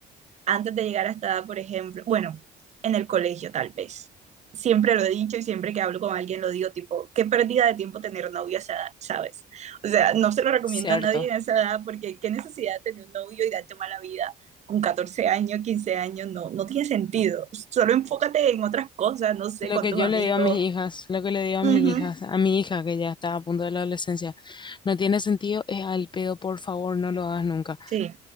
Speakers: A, on the right; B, on the left.
A: antes de llegar a esta edad, por ejemplo, bueno, en el colegio tal vez. Siempre lo he dicho y siempre que hablo con alguien lo digo, tipo, qué pérdida de tiempo tener novio a esa edad, ¿sabes? O sea, no se lo recomiendo
B: Cierto.
A: a nadie en esa edad porque qué necesidad de tener un novio y darte mala vida con 14 años, 15 años, no, no tiene sentido. Solo enfócate en otras cosas, no sé,
B: Lo
A: con
B: que
A: tus
B: yo
A: amigos
B: le digo a mis hijas, lo que le digo a mis
A: Ujú,
B: hijas, a mi hija que ya está a punto de la adolescencia, no tiene sentido, es al pedo, por favor, no lo hagas nunca.
A: Sí,